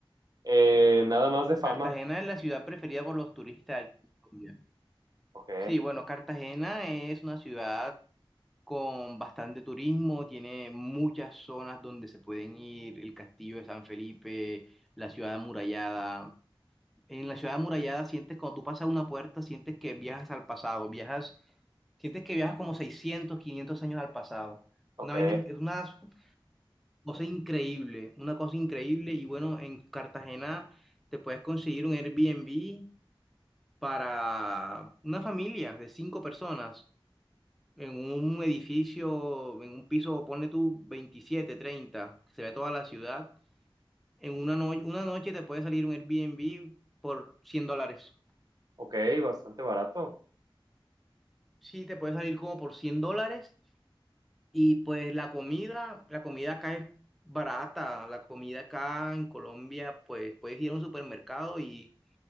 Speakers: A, on the right (about 45°); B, in the centre.
A: eh, nada más de fama.
B: Cartagena es la ciudad preferida por los turistas aquí en Colombia.
A: Ok,
B: Sí, bueno, Cartagena es una ciudad con bastante turismo, tiene muchas zonas donde se pueden ir, el Castillo de San Felipe, la ciudad amurallada. En la ciudad amurallada sientes, cuando tú pasas una puerta, sientes que viajas al pasado, viajas, sientes que viajas como 600 500 años al pasado.
A: ok,
B: Una, vaina in- es una cosa increíble, una cosa increíble. Y bueno, en Cartagena te puedes conseguir un Airbnb para una familia de cinco personas en un edificio, en un piso, ponle tú 27 30 que se ve toda la ciudad. En una, no- una noche te puede salir un Airbnb por 100 dólares.
A: ok, bastante barato.
B: Sí, te puede salir como por 100 dólares y pues la comida, la comida acá es barata, la comida acá en Colombia, pues puedes ir a un supermercado y,